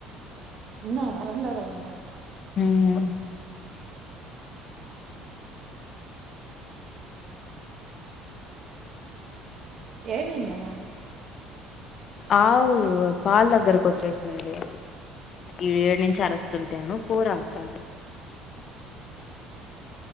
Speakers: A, on the right; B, on the left.
A: ఉన్నా వరండ లో ఉన్నా
B: మ్మ్
A: ఏమైంది ఆడ
B: అవు పాల్ దగ్గరకు వచ్చేసింది ఈ ఏడు నుంచి ఆ వస్తుంటెను పోరాడతాను